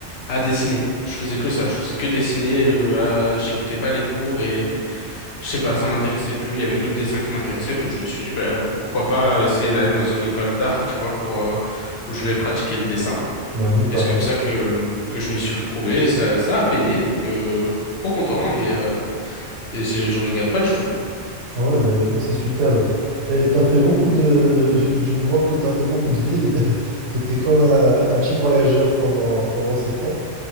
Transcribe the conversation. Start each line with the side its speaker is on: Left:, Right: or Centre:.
Left: à dessiner. Je faisais que ça, je faisais que dessiner, euh, à- j'écoutais pas les cours et je sais pas, ça m'intéressait plus, il y avait que le dessin qui m'intéressait, donc je me suis dit, bah, pourquoi pas essayer d'aller dans une école d'art, tu vois, pour, euh, où je vais pratiquer le dessin.
Right: ben oui, t'as
Left: Et c'est
Right: raison.
Left: comme ça que, que je m'y suis retrouvé et ça, ça a payé, donc euh, trop content et, euh, et c'est- je regrette pas du tout.
Right: Ah ouais, bah écoute, c'est super. Et t'as fait beaucoup de... <laughs> Je, je vois que t'as fait beaucoup de villes. <laughs> T'étais comme un, un petit voyageur pendant, pendant ces temps.